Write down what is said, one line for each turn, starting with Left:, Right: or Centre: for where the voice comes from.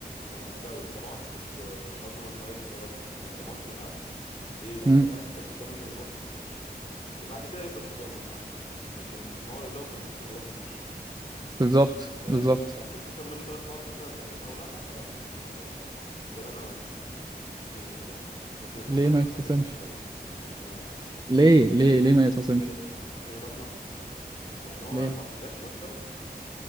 Left: انا اهلاوي طبعا وبس آه، برضو من مؤيد اللي هو ال- الماتش ما يتعادش ليه لان
Right: امم
Left: الاهلي كان قدامه انه يروح في الماتش بعد كده يبقى تتظلم بعد كده لكن هو لو قدامه كان المفروض كان يروح الماتش
Right: بالظبط
Left: آه،
Right: بالظبط
Left: بس اتخسر منه ثلاث نقط مثلا تانيين او لا فلا آه، انا بالنسبه لي انا ما يتخصمش منه تاني لكن اتخسر
Right: ليه
Left: منه
Right: ما يتخصمش
Left: نقطه من الماتش ده بس يعني الماتش ده ما يتعادش
Right: ليه ليه ليه ما يتخصمش
Left: آه، ما اتخصمش منه ثلاث نقط لان هو
Right: ليه
Left: الماتش ما جاش الماتش ده بس